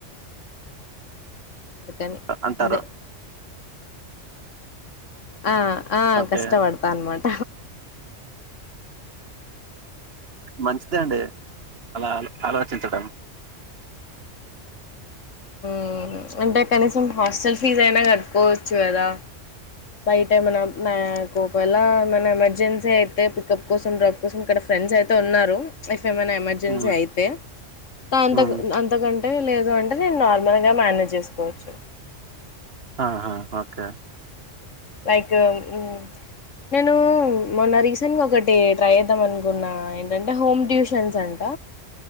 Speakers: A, on the left (about 85°); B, on the right (about 55°).
A: అందుకని
B: అంటారు
A: అదే ఆ ఆ
B: ఓకే
A: కష్టపడతా అనమాట
B: మంచిదే అండి అలా ఆలోచించడం
A: ఊ అంటే కనీసం హాస్టల్ ఫీస్ అయినా కట్టుకోవచ్చు కదా బయట ఏమైనా నా కు ఒకవేళ ఏమైనా ఎమర్జెన్సీ అయితే పికప్ కోసం ర <unintelligible> ఇక్కడ ఫ్రెండ్స్ అయితే ఉన్నారు ఇఫ్ ఏమైనా ఎమర్జెన్సీ
B: ఉ
A: అయితే తాంతకు
B: ఉ
A: అంతకంటే లేదు అంటే నేను నార్మల్ గా మేనేజ్ చేసుకోవచ్చు
B: ఆహా ఒకే
A: లైక్ ఉహ్మ్ నేను మొన్న రీసెంట్గా ఒకటి ట్రై చేద్దాం అనుకున్నా ఏంటంటే హోమ్ ట్యూషన్స్ అంట